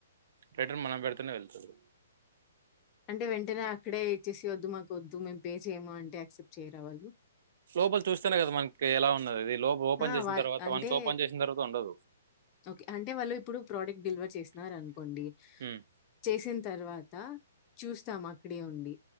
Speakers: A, on the right; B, on the left.
A: రిటర్న్ మనం పెడ్తేనే వెళ్తదు.
B: అంటే వెంటనే అక్కడే ఇచ్చేసి వద్దు మాకు వద్దు మేం పే చేయమా అంటే యాక్సెప్ట్ చేయరా వాళ్ళు
A: లోపల చూస్తేనే కదా మనకి ఎలా ఉన్నది ఇది లోపల ఓపెన్
B: ఆ
A: చేసిన
B: వా
A: తర్వాత
B: అంటే
A: వన్స్ ఓపెన్ చేసిన తర్వాత ఉండదు
B: ఓకే అంటే వాళ్ళు ఇప్పుడు ప్రొడక్ట్ డెలివర్ చేసినార్ అన్కోండి
A: ఉమ్.
B: చేసిన తర్వాత చూస్తామా అక్కడే ఉండి